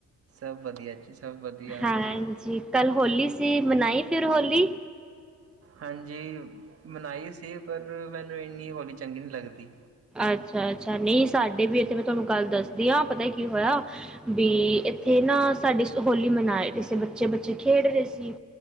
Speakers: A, on the right; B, in the centre.
A: ਸਭ ਵਧੀਆ ਜੀ, ਸਭ ਵਧੀਆ।
B: ਹਾਂਜੀ ਕੱਲ ਹੋਲੀ ਸੀ ਮਨਾਈ ਫਿਰ ਹੋਲੀ
A: ਹਾਂਜੀ ਮਨਾਈ ਸੀ। ਪਰ ਮੈਨੂੰ ਇੰਨੀ ਹੌਲੀ ਚੰਗੀ ਨਹੀਂ ਲੱਗਦੀ।
B: ਅੱਛਾ-ਅੱਛਾ ਨਹੀਂ ਸਾਡੇ ਵੀ ਇੱਥੇ ਮੈਂ ਤੁਹਾਨੂੰ ਗੱਲ ਦੱਸਦੀ ਹਾਂ ਪਤਾ ਕੀ ਹੋਇਆ ਵੀ ਤੇ ਨਾ ਸਾਡੀ ਹੋਲੀ ਮਨਾਏ ਰਹੀ ਸੀ। ਬੱਚੇ ਬੱਚੇ ਖੇਡ ਰਹੇ ਸੀ